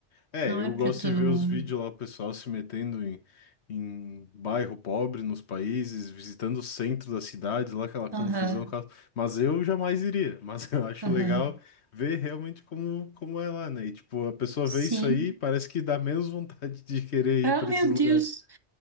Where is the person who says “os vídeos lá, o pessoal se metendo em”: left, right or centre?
Left